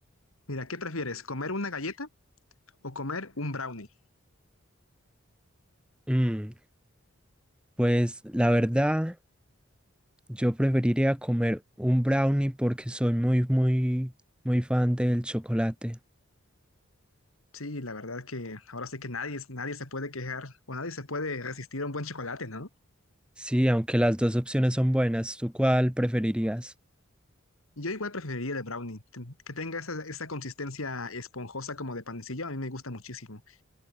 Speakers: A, on the left (about 80°); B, in the centre.
A: Mira, ¿qué prefieres, comer una galleta o comer un brownie?
B: mm, pues la verdad, yo preferiría comer un brownie porque soy muy, muy, muy fan del chocolate.
A: Sí, la verdad que ahora sí que nadie, nadie se puede quejar o nadie se puede resistir a un buen chocolate, ¿no?
B: Sí, aunque las dos opciones son buenas, ¿tú cuál preferirías?
A: Yo igual preferiría el de brownie, t- que tenga esa, esa consistencia esponjosa como de panecillo, a mí me gusta muchísimo.